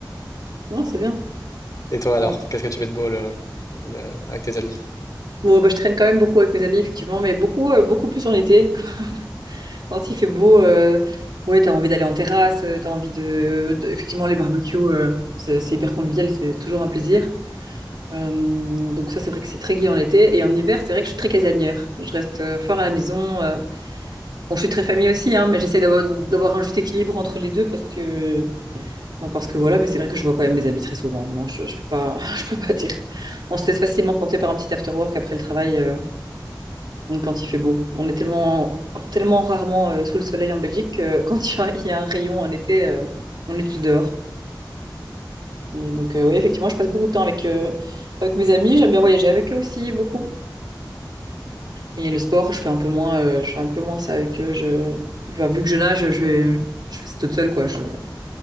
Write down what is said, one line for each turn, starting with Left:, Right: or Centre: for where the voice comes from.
Right: Non, c'est bien.
Left: Et toi alors,
Right: Mm.
Left: qu'est-ce que tu fais de beau le- le- avec tes amis?
Right: Bon, bah, je traîne quand même beaucoup avec mes amis, effectivement, mais beaucoup, euh, beaucoup plus en été. <laughs> Quand il fait beau, euh, ouais, t'as envie d'aller en terrasse, euh, t'as envie de, de- Effectivement, les barbecues, euh, c'est c'est hyper convivial, c'est toujours un plaisir. Euh, donc ça, c'est vrai que c'est très gai en été. Et en hiver, c'est vrai que je suis très casanière. Je reste euh, fort à la maison. euh. Bon, je suis très famille aussi, hein, mais j'essaie d'avoir d'avoir un juste équilibre entre les deux parce que... enfin, parce que voilà, mais c'est vrai que je vois quand même mes amis très souvent. Non, je, je peux pas, <laughs> je peux pas dire. On se laisse facilement tenter par un petit after work après le travail. euh, Mm, Quand il fait beau. On est tellement, tellement rarement euh, sous le soleil en Belgique que <laughs> quand il y a, il y a un rayon en été, euh, on est tous dehors. Mais donc, oui, effectivement, je passe beaucoup de temps avec, euh, avec mes amis. J'aime bien voyager avec eux aussi, beaucoup. Et le sport, je fais un peu moins, euh, je fais un peu moins ça avec eux. Je... enfin, vu que je nage, je vais- je fais ça toute seule, quoi. Je-